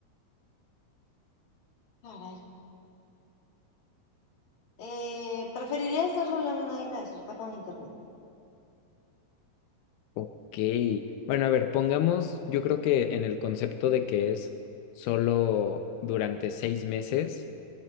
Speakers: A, on the left; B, on the left.
A: Caray. Eh, preferiría estar sola en una isla desierta con internet.
B: Ok. Bueno, a ver, pongamos, yo creo que en el concepto de que es solo durante seis meses,